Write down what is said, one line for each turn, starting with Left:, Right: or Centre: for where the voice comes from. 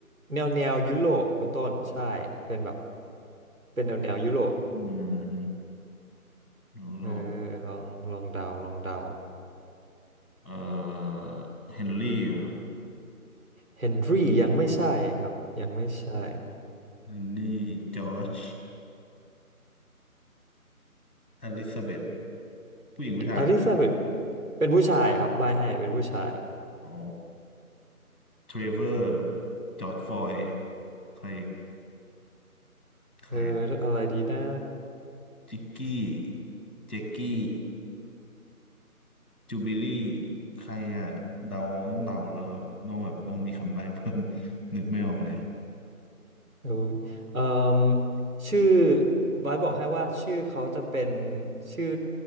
Right: แนวแนวยุโรปคุณต้นใช่เป็นแบบเป็นแนวแนวยุโรป
Centre: อืมฮึยุโรป
Right: เออลองลองเดาลองเดา
Centre: เอ่อเฮนรี่อะครับ
Right: เฮนรี่ยังไม่ใช่ครับยังไม่ใช่
Centre: เฮนรี่ จอร์จอลิซาเบธผู้หญิงผู้ชายครับ
Right: อลิซาเบธเป็นผู้ชายครับบายให้เป็นผู้ชาย
Centre: อ๋อเทรเวอร์ จอร์จฟลอยด์ใคร ใครอะ
Right: เอออะไรดีนะ
Centre: จิกกี้ เจกกี้จูบิลี่ ใครอะเดาต้องเดาแล้วครับ ต้องแบบต้องมีคำใบ้เพิ่ม <laughs> นึกไม่ออกเลย
Right: เออเอ่มชื่อบาสบอกให้ว่าชื่อเขาจะเป็นชื่อ